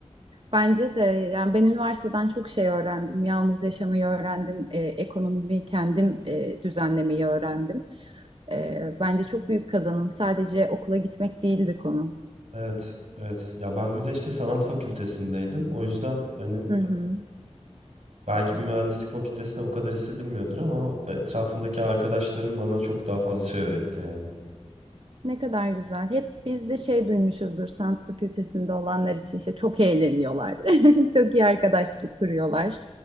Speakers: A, on the right (about 50°); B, on the right (about 70°).
A: Bence de yani ben üniversiteden çok şey öğrendim. Yalnız yaşamayı öğrendim, e, ekonomimi kendim e, düzenlemeyi öğrendim. E, bence çok büyük kazanım. Sadece okula gitmek değildi konu.
B: Evet, evet. Ya ben bir de işte sanat fakültesindeydim. O yüzden hani
A: Hı hı.
B: Belki bir mühendislik fakültesinde bu kadar hissedilmiyordur ama o etrafımdaki arkadaşlarım bana çok daha fazla şey öğretti yani.
A: Ne kadar güzel. Hep biz de şey duymuşuzdur sanat fakültesinde olanlar için işte çok eğleniyorlar. <laughs> Çok iyi arkadaşlık kuruyorlar.